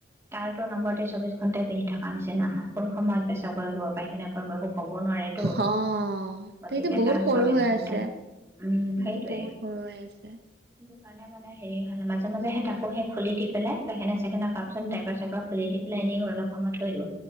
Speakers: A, on the right (about 15°); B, on the right (about 65°).
A: তাৰতো নম্বৰতে চৌবিশ ঘন্টাই পিন্ধি থকা নিচিনা কোন সময়ত পেছাৱ কৰিব, পায়সেনা কৰিব। ক'ব নোৱাৰেতো
B: হঅ
A: গতিকে
B: তুমিটো বহুত
A: তাৰ
B: সৰু
A: চৌবিশ
B: হৈ
A: ঘন্টা
B: আছে।
A: উম সেইটোৱে
B: এইটো বহুত সৰু হৈ আছে।
A: সেইটো কাৰণে মানে হেই। উ মাজে মাজে সেই তাকো সে খুলি দি পেলাই পাইখেনা- চাইখেনা কৰা পাছত ড্ৰাইপাৰ-চাইপাৰ খুলি দি পেলাই এনেই অলপ সময় থৈ দিওঁ।